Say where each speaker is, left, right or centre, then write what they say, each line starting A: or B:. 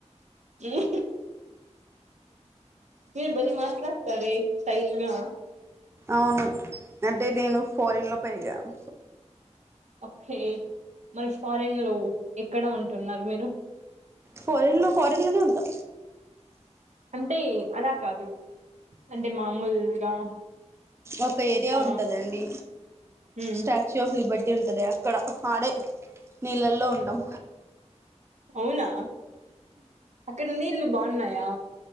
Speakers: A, on the right; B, on the right.
A: <unintelligible> హ మీరు బలే మాట్లాడతారే స్టయిల్ గా
B: అవును అంటే నేను ఫారిెన్ లో పెరిగాను
A: ఓకే మరి ఫారెన్ లో ఎక్కడ ఉంటున్నారు మీరు
B: ఫోరెన్లో ఫోరెన్లోనే ఉంటా
A: అంటే అలా కాదు అంటే మామూలుగా
B: ఒక ఏరియా
A: ఆ
B: ఉంటదండి
A: ఉమ్
B: స్టాచ్యూ ఆఫ్ లిబర్టీ ఉంటది అకడ ఆడే నీళ్ళల్లో ఉంటాం
A: అవునా అక్కడ నీళ్లు బాగున్నాయా